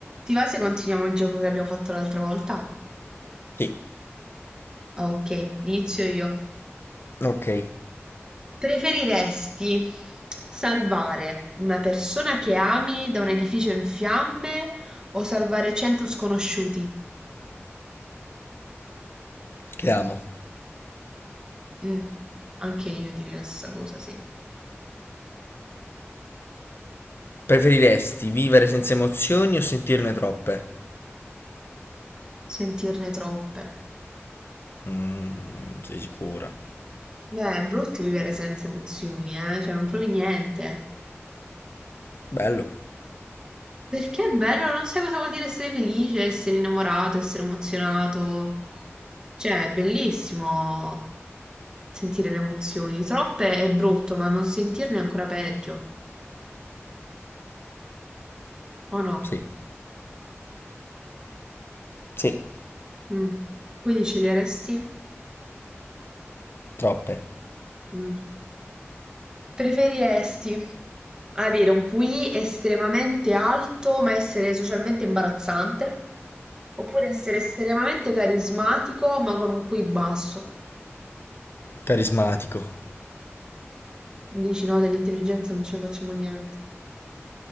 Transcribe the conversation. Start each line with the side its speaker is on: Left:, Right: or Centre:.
Right: Ti va se continuiamo il gioco che abbiamo fatto l'altra volta?
Left: Sì.
Right: Ok, inizio io.
Left: Ok,
Right: Preferiresti salvare una persona che ami da un edificio in fiamme o salvare 100 sconosciuti?
Left: chiamo.
Right: Mm, anche io direi la stessa cosa, sì.
Left: Preferiresti vivere senza emozioni o sentirne troppe?
Right: Sentirne troppe.
Left: Mm, sei sicura?
Right: Beh, è brutto vivere senza emozioni, eh? Cioè, non provi niente.
Left: Bello.
Right: Perché è bello, non sai cosa vuol dire essere felice, essere innamorato, essere emozionato. Cioè, è bellissimo sentire le emozioni. Troppe è brutto, ma non sentirne è ancora peggio. O no?
Left: Sì. Sì,
Right: Mm. Quindi sceglieresti?
Left: troppe.
Right: Mm. Preferiresti avere un QI estremamente alto, ma essere socialmente imbarazzante? Oppure essere estremamente carismatico, ma con un QI basso?
Left: Carismatico.
Right: Dici no, dell'intelligenza non ce ne facciamo niente.